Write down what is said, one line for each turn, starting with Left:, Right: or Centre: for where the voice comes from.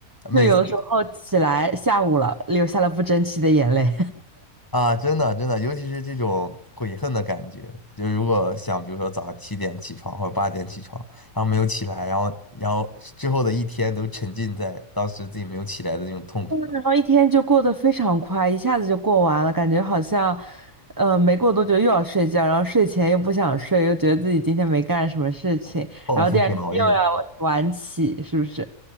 Left: 每次
Right: 就有的时候起来下午了，流下了不争气的眼泪。
Left: 啊，真的真的，尤其是这种悔恨的感觉，就是如果想，比如说早上七点起床或者八点起床，然后没有起来，然后然后之后的一天都沉浸在当时自己没有起来的那种痛苦的
Right: 然后一天就过得非常快，一下子就过完了，感觉好像，呃，没过多久又要睡觉，然后睡前又不想睡，又觉得自己今天没干什么事情，
Left: 报复性熬夜。
Right: 然后第二天又要晚起，是不是？